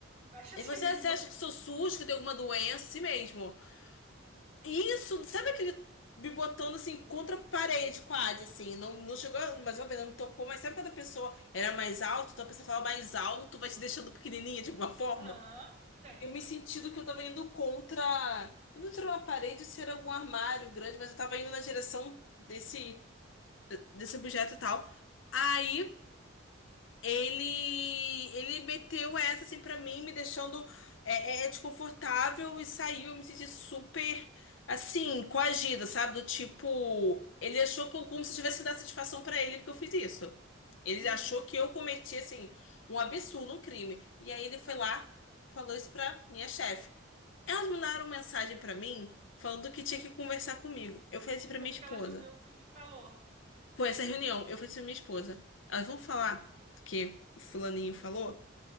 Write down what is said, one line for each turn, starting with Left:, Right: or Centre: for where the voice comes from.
Right: Acho assim,
Left: Ele falou assim,
Right: <laughs> bem
Left: ah, você
Right: bobinho.
Left: acha que sou sujo, que eu tenho alguma doença, assim mesmo. Isso, sabe aquele me botando assim contra a parede, quase, assim. Não, não chegou, mas uma vez não me tocou, mas sabe quando a pessoa era mais alta, então a pessoa falava mais alto, vai te deixando pequenininha de alguma forma?
Right: Aham, tem.
Left: E eu me senti do que eu tava indo contra. Eu não tirou uma parede, se era algum armário grande, mas eu tava indo na direção desse, desse objeto e tal. Aí. Ele, ele meteu essa assim pra mim, me deixando é, é, é desconfortável e saiu. Eu me senti super assim, coagida, sabe? Do tipo, ele achou que eu, como se eu tivesse que dar satisfação pra ele porque eu fiz isso. Ele
Right: Uhum.
Left: achou que eu cometi assim um absurdo, um crime. E aí ele foi lá, falou isso pra minha chefe. Elas mandaram mensagem pra mim falando que tinha que conversar comigo. Eu falei assim pra
Right: Foi
Left: minha
Right: Naquela
Left: esposa.
Right: reunião que você me falou.
Left: Foi essa reunião, eu falei assim pra minha esposa. Elas vão falar do que o fulaninho falou?